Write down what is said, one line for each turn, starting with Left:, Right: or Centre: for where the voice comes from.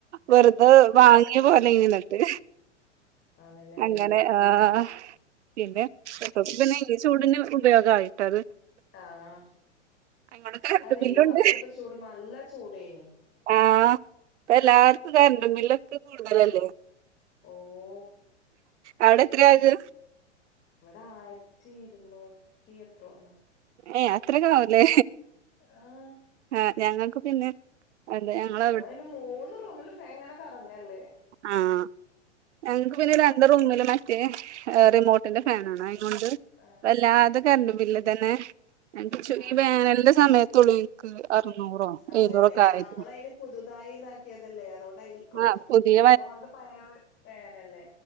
Right: വെറ്തെ
Left: ആഹ്
Right: വാ ങ്ങി പോരലേയ്നി ഇന്നട്ട്
Left: ആണ്ല്ലേ
Right: അങ്ങനെ ആഹ് പിന്നെ ഇപ്പപിന്നെ ഈ ചൂടിന് ഉപയോഗായിട്ടത്
Left: ആഹ്
Right: അതോണ്ട് കരണ്ടു
Left: അല്ല
Right: ബില്ലുണ്ട്
Left: ഈ വർഷത്തെ ചൂട് നല്ല ചൂടേനി
Right: ആഹ ഇപ്പ എല്ലാർക്കും കരണ്ടു ബില്ലക്കെ കൂടുതലല്ലേ.
Left: ഓ ഓ
Right: അവിടെ എത്ര ആയത്
Left: ഇവിടെ ആയിരത്തി ഇരുന്നൂറ്റി എത്രോന്ന്
Right: ഏ അത്രക്കെ ആവൂല്ലേ
Left: ആഹ്
Right: ആഹ് ഞങ്ങക്ക് പിന്നെ അതെ അ ഞ
Left: ഞങ്ങള അയിന് മൂന്ന് റൂമില് ഫാൻ ങ്ങനെ കറങ്ങല്ലേ
Right: ആഹ് ഞങ്ങക്ക് പിന്നെ രണ്ട് റൂമില് മറ്റേ റിമോട്ടിന്റെ ഫാൻ ആണ് അയിനോണ്ട്
Left: ആഹ്
Right: വല്ലാതെ കറന്റ് ബില്ല് തന്നെ. ഞങ്ങക്ക് ചു
Left: ആഹ്
Right: ഈ വേനലിന്റെ സമയത്തുള്ളൂ എനിക്ക് അറുന്നൂറോ
Left: അതെല്ലേ
Right: എഴുന്നൂറൊക്കെ ആയത്
Left: ആഹ് ഇങ്ങളയിന് പുതുതായി ഇതാക്കിയതല്ലേ അതുകൊണ്ടായിരിക്കും
Right: ആഹ് പുതിയ
Left: ഓള്ത പഴയ ഫാൻ അല്ലെ?